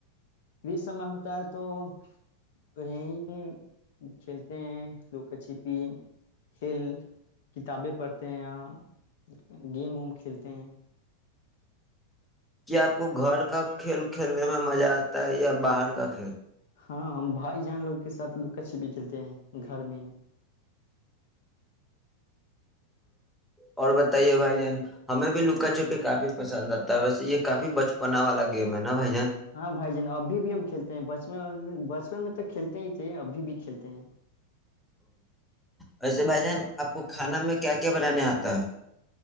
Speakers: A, on the left; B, in the centre.
A: ر سمے ہوتا ہے تو آپ کو ہے کی چلتے ہیں لاگ چپ کی فیر کتبے پڑتے ہیں آپ گیم ہم کھیلتے ہیں۔
B: کیا آپ کو گھر کا کھیل کھیلنا پسند کھلنے میں مزہ آتا ہے یا بہار کا کھیل
A: ہا ہم بھائی جان لاگ کے ساتھ لکہ چپی کھیلتے ہیں گھر میں
B: یا بتائے بھائی جان ہم بھی لوکا چپی کافی پسند آتا ہے ویسے یہ کافی بچپن والا گیم ہے نا بھائی جان
A: ہا بھائی جان ابھی بھی ہم کھیلتے ہیں بچپن بچپن میں سے کھیلتے ہی ابھی بھی کھیلتے ہیں۔
B: ویسے بھائی جان آپ کو کہنا میں نے کیا کیا کیلا آتا ہے۔